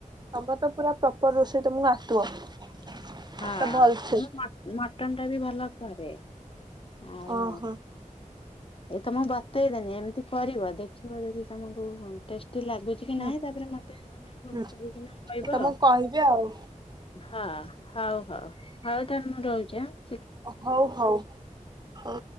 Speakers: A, on the right; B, on the left.
A: ତମେ ତ ପୁରା ପ୍ରପର ରୋଷେଇ ତମକୁ ଆସୁଥିବ।
B: ହଁ
A: ତ ଭଲସେ
B: ମୁଁ ମଟ ମଟନ ଟା ବି ଭଲ କରେ। ଆଉ
A: ଓହୋ
B: ଏ ତମକୁ ବତେଇଦେନି ଏମିତି କରିବ। ଦେଖିବ ଯଦି ତମକୁ ଟେଷ୍ଟି ଲାଗୁ ଲାଗୁଚି କି
A: ହୁଁ
B: ନାଇଁ ତାପରେ ମତେ ତମେ ଫୋନ
A: ହୁଁ
B: କରିକ ନା କହିବ।
A: ତମକୁ କହିବି ଆଉ
B: ହଁ ହଉ। ହଁ ଆଉ ତାହାନେ ମୁଁ ରହୁଚି ଆ
A: ହଉ ହଉ ହଉ।